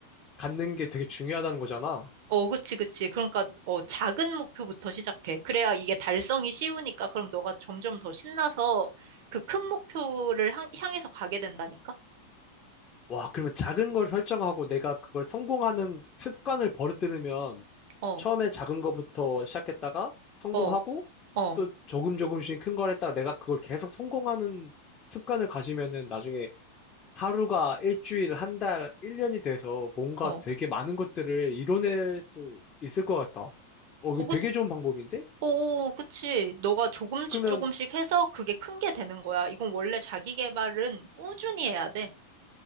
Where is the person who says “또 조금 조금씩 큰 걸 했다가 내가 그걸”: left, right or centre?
Left